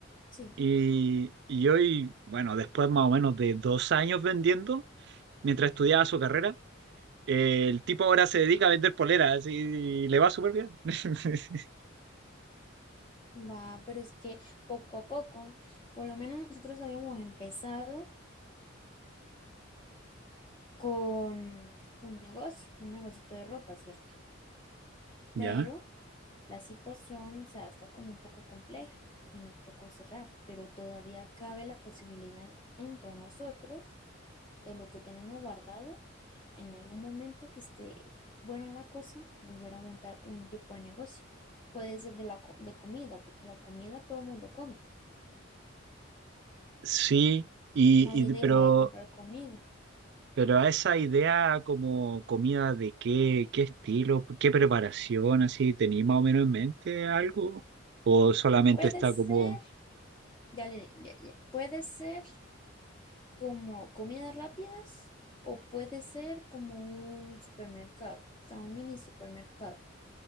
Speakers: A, on the left; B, on the right.
A: sí.
B: Y, y hoy, bueno, después más o menos de dos años vendiendo, mientras estudiaba su carrera, eh, el tipo ahora se dedica a vender poleras y, y le va súper bien. <laughs>
A: Va, pero es que poco a poco, por lo menos nosotros habíamos empezado con un negocio, un negocito de ropa, ¿cierto?
B: Ya.
A: Pero la situación, o sea, está como un poco compleja y nos tocó cerrar, pero todavía cabe la posibilidad entre nosotros de lo que tenemos guardado en algún momento que esté buena la cosa, volver a montar un tipo de negocio. Puede ser de la co- de comida, porque la comida todo el mundo come.
B: Sí, y,
A: Nadie
B: y-
A: deja
B: pero
A: de comprar comida.
B: Pero a esa idea como comida de qué, qué estilo, qué preparación, así, ¿tenéis más o menos en mente algo? ¿O solamente
A: Puede
B: está
A: ser,
B: como,
A: ya le di, ya- ya- puede ser como comidas rápidas o puede ser como un supermercado, o sea, un mini supermercado.